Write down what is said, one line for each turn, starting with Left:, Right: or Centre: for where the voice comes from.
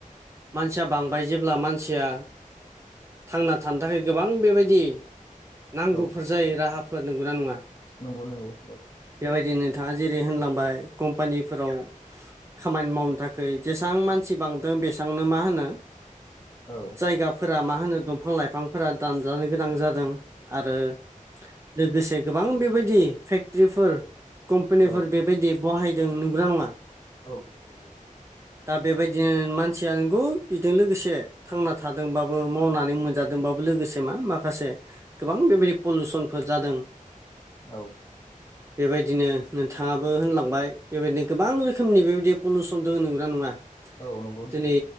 Right: मानसिया बांबाय जेब्ला मानसिया थांना थानो थाखाय गोबां बेबायदि नांगौफोर
Left: औ
Right: जायो राहाफोर नंगौना नङा
Left: नंगौ नंगौ औ
Right: बेबायदिनो नोंथाङा जेरै होनलांबाय कम्पानिफोराव खामानि मावनो थाखाय जेसेबां मानसि बांदों बेसेबांनो मा होनो
Left: औ
Right: जायाफोराा मा होनो दंफां लाइफांफोरा दानजानो गोनां जादों आरो लोगोसे गोबां बेबायदि फेक्टर्रिफोर कम्पानिफोर
Left: औ
Right: बेबायदि बाहायदों नंगौ ना नङा
Left: औ नंगौ नंगौ
Right: दा बेबायदिनो मानसिया नंगौ बिजों लोगोसे थांना थादोंबाबो मावनानै मोनजादोंबाबो लोगोसे मा माखासे गोबां बेबायदि पलिउसनफोर जादों
Left: औ
Right: बेबायदिनो नोंथाङाबो होनलांबाय बेबायदिनो गोबां रोखोमनि बेबायदि पलिुसन दोङो नंगौना नङा
Left: औ नंगौ
Right: दिनै